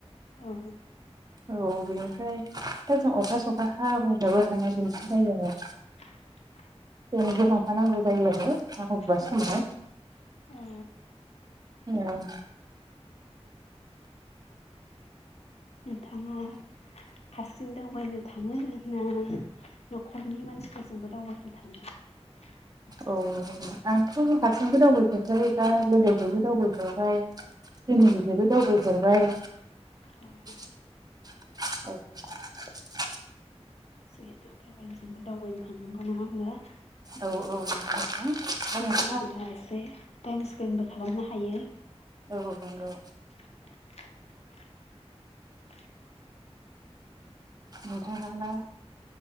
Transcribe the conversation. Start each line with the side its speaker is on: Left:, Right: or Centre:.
Left: औ
Right: औ बेनिफ्राय दा जों अखा सखा हाबोनबो हानाय बेनि थाखाय जोङो
Left: <inaudible>
Right: बेनो गो लांफानांगौ जायो आरो माबेबा
Left: औ
Right: समाव
Left: औ
Right: उम
Left: नोंथाङा हारसिं दावबायनो थाङो ना न'खरनि मानसिफोरजोंबो दावबायनो थानो
Right: अ आंथ' हारसिंस दावगहेरबाय बा लोगोजोंबो दावबायफेरबाय फेमिलिजोंबो दावबायफेरबाय
Left: औ
Right: <unintelligible>
Left: जिहेथु फेमिलिजोंबो दावबायनो थांनांगौ नङा होनबा
Right: औ औ नोंथां दा
Left: बि एसे टाइम स्पेन्बो खालामनो हायो।
Right: नोंथाङा औ नंगौ
Left: <inaudible>
Right: नोंथांआलाय